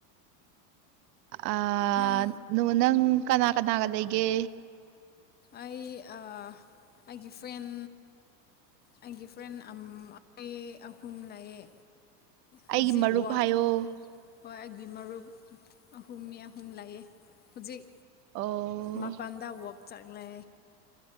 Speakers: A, on the right (about 70°); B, on the left (about 20°).
A: ꯑꯥ
B: ꯅꯪ
A: ꯅꯣ ꯅꯪ ꯀꯅꯥ ꯀꯅꯥꯒ ꯂꯩꯒꯦ?
B: ꯑꯩ ꯑꯥ ꯑꯩꯒꯤ ꯐ꯭ꯔꯦꯟ ꯑꯩꯒꯤ ꯐ꯭ꯔꯦꯟ ꯑꯝ ꯑꯩ ꯑꯍꯨꯝ ꯂꯩꯑꯦ
A: ꯑꯩꯒꯤ
B: ꯍꯨꯖꯤꯛ
A: ꯃꯔꯨꯞ
B: ꯋꯥꯛ
A: ꯍꯥꯏꯌꯣ
B: ꯍꯣꯏ ꯑꯩꯒꯤ ꯃꯔꯨꯞ ꯑꯍꯨꯝ ꯃꯤ ꯑꯍꯨꯝ ꯂꯩꯑꯦ ꯍꯨꯖꯤꯛ
A: ꯑꯣ
B: ꯃꯄꯥꯟꯗ ꯋꯥꯛ ꯆꯥꯛꯂꯦ